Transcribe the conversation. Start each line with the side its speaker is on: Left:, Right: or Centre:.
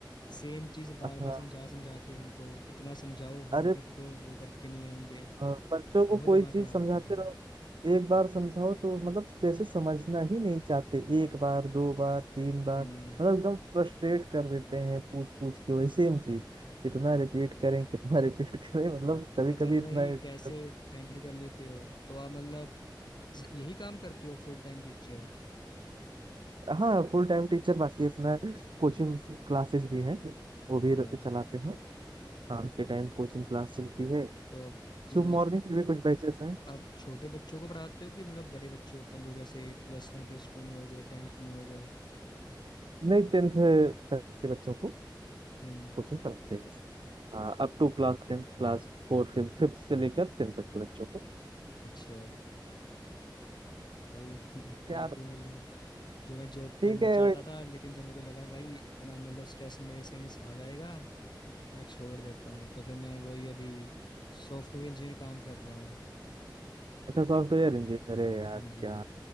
Left: सेम चीज बार
Right: हाँ
Left: बार समझा समझा के उनको इतना समझाओ होमवर्क
Right: अरे
Left: दो वो करके नहीं आएंगे
Right: अ, बच्चों को
Left: बहुत
Right: कोई
Left: दिमाग
Right: चीज
Left: खराब
Right: समझाते
Left: होता था
Right: रहो एक बार समझाओ तो मतलब जैसे समझना ही नहीं चाहते एक बार दो बार तीन बार
Left: हम्म
Right: मतलब एकदम फ्रस्ट्रेट कर देते हैं पूछ पूछ के वही सेम चीज कितना रिपीट करें कितना रिपीट <laughs> करें मतलब
Left: आप तो
Right: कभी
Left: पता
Right: कभी
Left: नहीं
Right: इतना
Left: भाई
Right: stress-
Left: कैसे हैंडल कर लेते हो तो आप मतलब ज- यही काम करते हो फुल टाइम टीचर
Right: <laughs> हाँ फुल टाइम टीचर बाकी अपना कोचिंग क्लासेस भी हैं वो भी
Left: तो
Right: चलाते हैं शाम के टाइम कोचिंग क्लास चलती है
Left: आप मतलब
Right: सुबह मॉर्निंग के भी कुछ बैचेस हैं
Left: आप छोटे बच्चों को पढ़ाते हो कि मतलब बड़े बच्चे होते हैं जो जैसे प्लस वन प्लस टू में हो गए टेंथ में हो गए
Right: नहीं टेंथ तक के बच्चों को
Left: हम्म
Right: कोचिंग पढ़ाते हैं Up to class tenth class four fifth fifth से लेकर टेंथ तक के बच्चों को
Left: अच्छा भाई <laughs> काफी
Right: यार
Left: मतलब जो मैं जॉब
Right: ठीक
Left: करना
Right: है
Left: चाहता
Right: भाई
Left: था लेकिन जब मेरे को लगा ना भाई इतना मतलब स्ट्रेस मेरे से नहीं सहा जाएगा मैं छोड़ देता हूँ तो फिर मैं वही अभी सॉफ्टवेयर इंजीनियर काम कर रहा हूँ
Right: अच्छा सॉफ्टवेयर इंजीनियर है यार
Left: हाँ
Right: क्या
Left: जी